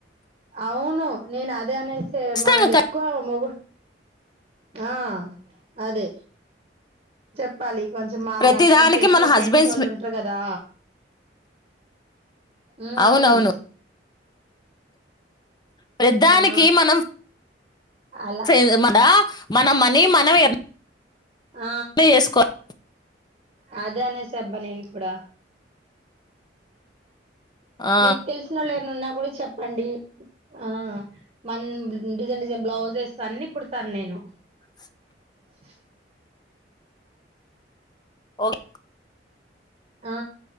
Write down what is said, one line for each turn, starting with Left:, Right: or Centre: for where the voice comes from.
Right: అవును నేను అదే అనేసే
Left: ఖచ్చితంగా
Right: మనది ఎక్కువ మోగో నా ఆ అదే చెప్పాలి కొంచెం మా
Left: ప్రతి
Right: నాక్
Left: దానికి
Right: మీక్ తెలిసిన
Left: మన హస్బెండ్స్
Right: ఫ్రెండ్స్ వాళ్ళు ఉంట్ర గదా. ఊహుహ్
Left: అవునవును ప్రతిదానికి
Right: ఆ
Left: మనం
Right: అలా
Left: ఫే మానా మన మనీ మనమే ఎర్న్
Right: ఆ
Left: చేసుకోవాలి
Right: అదే అనేసా అబ్బా నేన్ కూడా
Left: ఆ
Right: మీకు తెలిసినోళ్లు ఎవరనా ఉన్న కూడా చెప్పండి ఆ మన్ డిజైన్ డిజైన్ బ్లౌజెస్ అన్ని కుడతాను నేను
Left: <unintelligible>
Right: <inaudible>
Left: ఒక్
Right: ఆ